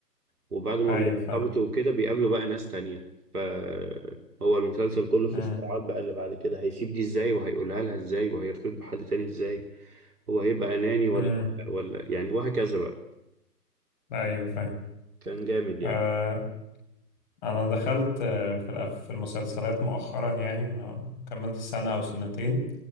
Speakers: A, on the right; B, on the left.
A: وبعد ما
B: أيوة
A: بيرتبطوا
B: فاهم
A: وكده بيقابلوا بقى ناس تانية فهو المسلسل كله في
B: امم
A: الصراعات بقى اللي بعد كده هيسيب دي ازاي وهيقولها لها ازاي وهيرتبط بحد تاني ازاي هو هيبقى أناني ولا
B: امم
A: ولا يعني وهكذا بقى
B: أيوة فاهم
A: كان جامد يعني
B: آه، انا دخلت آه، في الأف- في المسلسلات مؤخرا يعني ما كملت سنة او سنتين